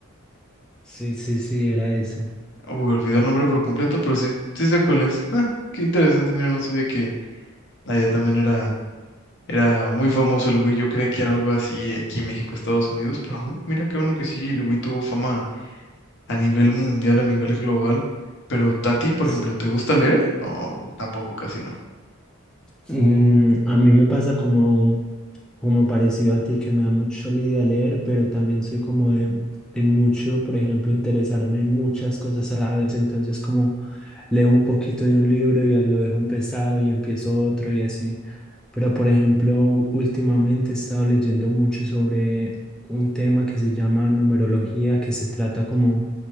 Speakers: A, in the centre; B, on the left.
A: sí, sí, sí, era ese.
B: Uy, olvidé el nombre por completo, pero sí, sí sé cuál es. <laughs> Ah, qué interesante, mira, no sabía que allá también era, era muy famoso el Wii. Yo creía que era algo así aquí en México, Estados Unidos, pero no, mira, qué bueno que sí, el Wii tuvo fama a nivel mundial, a nivel global. Pero a ti, por
A: S-
B: ejemplo, ¿te gusta leer? O tampoco, casi no.
A: mm, a mí me pasa como como parecido a ti, que me da mucho la idea leer, pero también soy como de, de mucho, por ejemplo, interesarme en muchas cosas a la vez. Entonces, como leo un poquito de un libro y ya lo dejo empezado y empiezo otro y así. Pero, por ejemplo, últimamente he estado leyendo mucho sobre un tema que se llama numerología, que se trata como